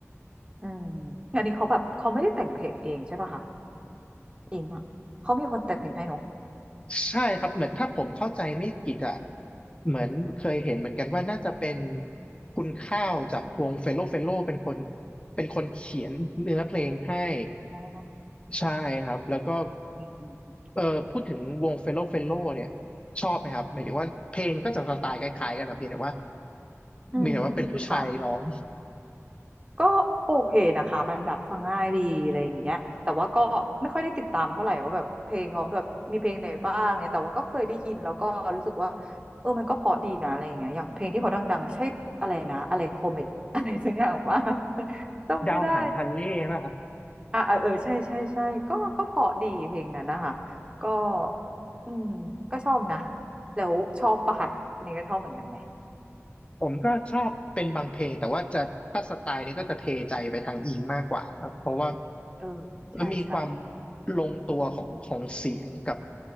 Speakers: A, on the right; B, on the left.
A: อืมอันนี้เขาแบบเขาไม่ได้แต่งเพลงเองใช่ป่ะคะอิงอะเขามีคนแต่งเพลงให้เนอะ
B: ใช่ครับเหมือนถ้าผมเข้าใจไม่ผิดอ่ะเหมือนเคยเห็นเหมือนกันว่าน่าจะเป็นคุณข้าวจากวงเฟลโลเฟลโลเป็นคนเป็นคนเขียนเนื้อเพลงให้
A: อ๋อ
B: ใช่ครับแล้วก็
A: อืมอืมอืม
B: เออพูดถึงวงเฟลโลเฟลโลเนี่ยชอบไหมครับหมายถึงว่าเพลงก็จะสไตล์คล้ายๆกันนะเพียงแต่ว่า
A: อืม
B: มีแต่ว่าเป็นผู้ชายร้อง
A: ค่ะก็โอเคนะคะมันแบบฟังง่ายดีอะไรอย่างเงี้ยแต่ว่าก็ไม่ค่อยได้ติดตามเท่าไหร่ว่าแบบเพลงเขาแบบมีเพลงไหนบ้างเนี่ยแต่ว่าก็เคยได้ยินแล้วก็รู้สึกว่าเออมันก็เพราะดีนะอะไรอย่างเงี้ยอย่างเพลงที่เขาดังๆใช่อะไรนะอะไรโคเมตอะไรสักอย่างว่า <laughs> จำไม่ได้
B: ดาวหางฮันเล่นะ
A: อ่ะเออเออใช่ใช่ใช่ก็ก็เพราะดีเพลงนั้นนะคะก็อืมก็ชอบนะแล้วชอบปะคะอันนี้ก็ชอบเหมือนกันไหม
B: ผมก็ชอบเป็นบางเพลงแต่ว่าจะถ้าสไตล์นี้ก็จะเทใจไปทางอิงมากกว่าครับเพราะว่า
A: เออใช่ใช่
B: มีความลงตัวของของเสียงกับ